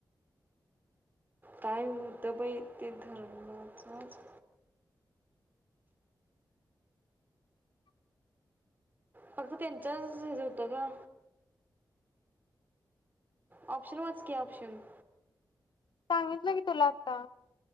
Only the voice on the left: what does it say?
सांगितलं की तुला आता